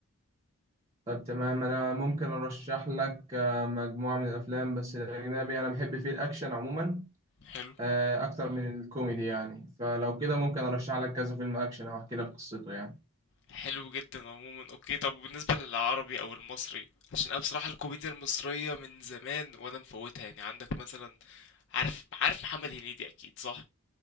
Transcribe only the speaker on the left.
حلو
حلو جدا عموما اوكي طب وبالنسبة للعربي او المصري عشان انا بصراحة الكوميديا المصرية من زمان وانا مفوتها يعني عندك مثلا عارف عارف محمد هنيدي اكيد صح